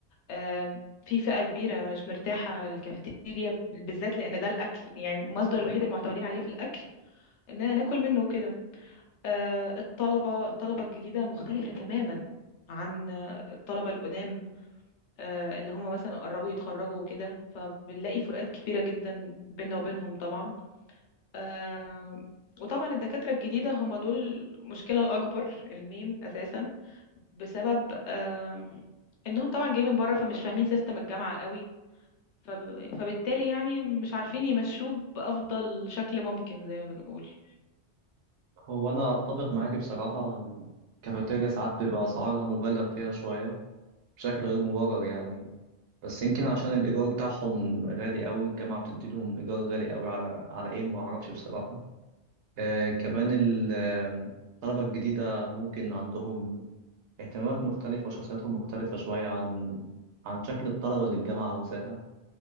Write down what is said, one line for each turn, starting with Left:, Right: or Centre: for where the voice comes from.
Left: آم، في فئة كبيرة مش مرتاحة الكافيتيريا بالذات لان ده الاكل يعني المصدر الوحيد المعتمدين عليه في الاكل اننا ناكل منه وكده آه، الطلبة الطلبة الجديدة مختلفة تماما عن آه، الطلبة القدام آه، اللي هم مثلا قربوا يتخرجوا وكده فبنلاقي فروقات كبيرة جدا بيننا وبينهم طبعا آه، وطبعا الدكاترة الجديدة هم دول المشكلة الأكبر المين أساسا بسبب آه، إنهم طبعا جايين من بره فمش فاهمين سيستم الجامعة قوي فب- فبالتالي يعني مش عارفين يمشوه بأفضل شكل ممكن زي ما بنقول
Right: هو انا اتفق معاكي بصراحه الكافيتيريا ساعات بيبقى اسعارها مبالغ فيها شويه بشكل غير مبرر يعني بس يمكن عشان الإيجار بتاعهم غالي قوي الجامعة بتدي لهم إيجار غالي قوي على على إيه ما أعرفش بصراحة آه كمان ال- آم، الطلبة الجديدة ممكن عندهم اهتمامات مختلفة وشخصياتهم مختلفة شوية عن عن شكل الطلبة اللي الجامعة عاوزاها